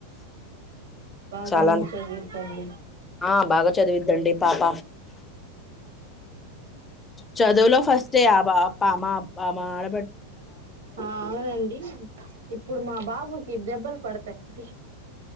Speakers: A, on the right; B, on the left.
A: బాగానే
B: చాలా
A: చదువుతుంది
B: ఆ బాగా చదివిద్దండి పాప చదువులో ఫస్టే ఆ బా పా మా మా ఆడ
A: ఆ అవునండి ఇప్పుడు మా బాబుకి దెబ్బలు పడుతా వ్యక్తి